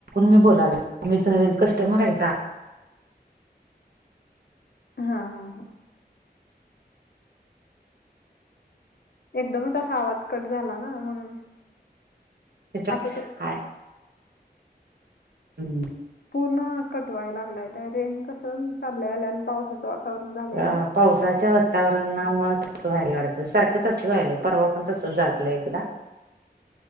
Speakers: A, on the right; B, on the left.
A: मी बोलालोय घरी कस्टमर आहेका
B: हा हा हा! एकदमच असा आवाज कट झाला ना म्हणून.
A: त्याच्या
B: आता तर
A: हा हम्!
B: पूर्ण कटवाय लागलाय त्या रेंज कसं चाललं आल्या आणि पावसाचं वातावरण झालंय
A: अ
B: ना.
A: पावसाच्या वातावरणामुळ तस व्हायलय वाटत सारखं तसं व्हायलय परवा पण तस झालेलंय एकदा.